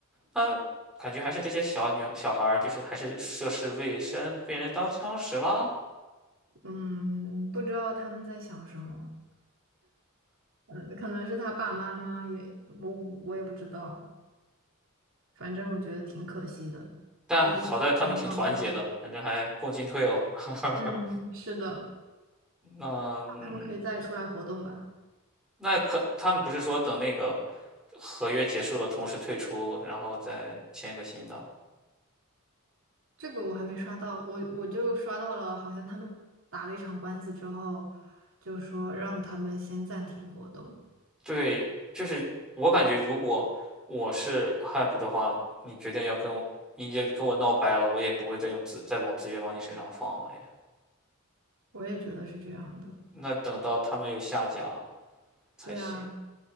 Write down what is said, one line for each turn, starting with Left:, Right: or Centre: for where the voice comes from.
Centre: 那感觉还是这些小女小孩儿，就是还是涉世未深，被人当枪使了。
Right: 嗯，不知道他们在想什么，嗯，可能是他爸妈妈也，我我也不知道，反正我觉得挺可惜的，
Centre: 但好在他们挺团结的，
Right: 一定要这样闹一闹。
Centre: 反正还共进退了。<laughs>
Right: 嗯，是的，
Centre: 那
Right: 他们可以再出来活动吧。
Centre: 那可他们不是说等那个合约结束了，同时退出，然后再签个新的？
Right: 这个我还没刷到，我我就刷到了，好像他们打了一场官司之后，就说让他们先暂停活动，
Centre: 对，就是我感觉，如果我是 HYPE 的话，你决定要跟我，你就跟我闹掰了，我也不会再用资再往资源往你身上放了呀。
Right: 我也觉得是这样的。
Centre: 那等到他们有下家才行。
Right: 对啊，